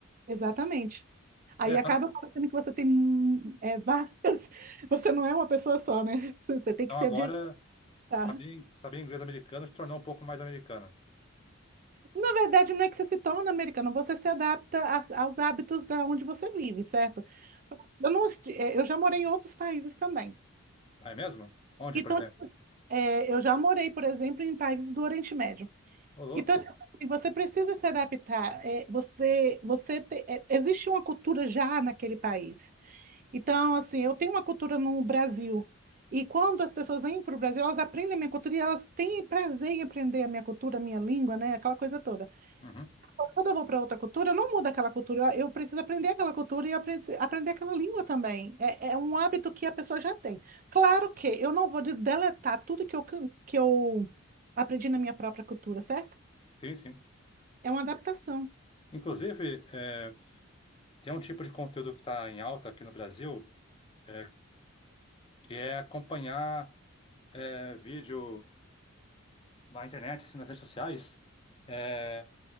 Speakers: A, on the right (about 40°); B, on the left (about 25°).
A: Exatamente. Aí
B: É,
A: acaba
B: tá-
A: parecendo que você tem hum, eh, várias. <laughs> Você não é uma pessoa só, né? <laughs> Você tem
B: então
A: que se
B: agora
A: adaptar.
B: saber, saber inglês americano te tornou um pouco mais americana.
A: Na verdade, não é que você se torna americano, você se adapta a- aos hábitos da onde você vive, certo? Eu não, esti- é, eu já morei em outros países também.
B: Ah, é mesmo? Onde,
A: Então,
B: por exemplo?
A: é, eu já morei, por exemplo, em países do Oriente Médio.
B: Ô, louco.
A: Então, tipo assim, você precisa se adaptar. É, você, você te- é, existe uma cultura já naquele país. Então, assim, eu tenho uma cultura no Brasil. E quando as pessoas vêm para o Brasil, elas aprendem a minha cultura e elas têm prazer em aprender a minha cultura, a minha língua, né? Aquela coisa toda.
B: Uhum.
A: Quando eu vou para outra cultura, eu não mudo aquela cultura, eu eu preciso aprender aquela cultura e apre- aprender aquela língua também. É, é um hábito que a pessoa já tem. Claro que eu não vou de- deletar tudo que eu, can- que eu aprendi na minha própria cultura, certo?
B: Sim, sim.
A: É uma adaptação.
B: Inclusive, é, tem um tipo de conteúdo que está em alta aqui no Brasil, é, que é acompanhar é, vídeo na internet, assim, nas redes sociais, é,